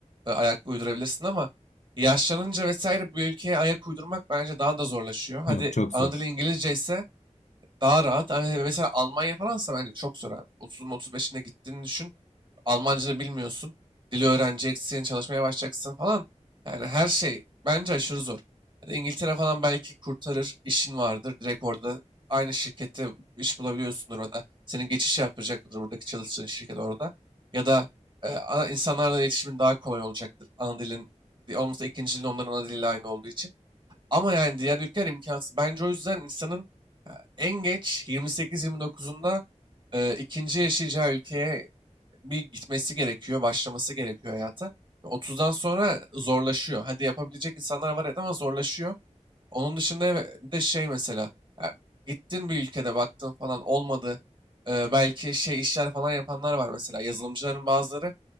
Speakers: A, on the right; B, on the left.
A: e, ayak uydurabilirsin ama yaşlanınca vesaire bir ülkeye ayak uydurmak bence daha da zorlaşıyor. Hadi
B: Yok çok
A: ana
B: zor.
A: dili İngilizce ise daha rahat. Ama mesela Almanya falansa bence çok zor abi. 30'un 35'ine gittiğini düşün. Almancını bilmiyorsun. Dili öğreneceksin, çalışmaya başlayacaksın falan. Yani her şey bence aşırı zor. Yani İngiltere falan belki kurtarır, işin vardır. Direkt orada aynı şirkette iş bulabiliyorsundur orada. Senin geçiş yapacaktır buradaki çalıştığın şirket orada. Ya da e, ana- insanlarla iletişimin daha kolay olacaktır. Ana dilin olmasa ikinci dilin onların ana diliyle aynı olduğu için. Ama yani diğer ülkeler imkansız. Bence o yüzden insanın e, en geç 28-29'unda e, ikinci yaşayacağı ülkeye bir gitmesi gerekiyor, başlaması gerekiyor hayata. 30'dan sonra zorlaşıyor. Hadi yapabilecek insanlar var evet ama zorlaşıyor. Onun dışında eve- bir de şey mesela e, gittin bir ülkede baktın falan olmadı. E, belki şey işler falan yapanlar var mesela yazılımcıların bazıları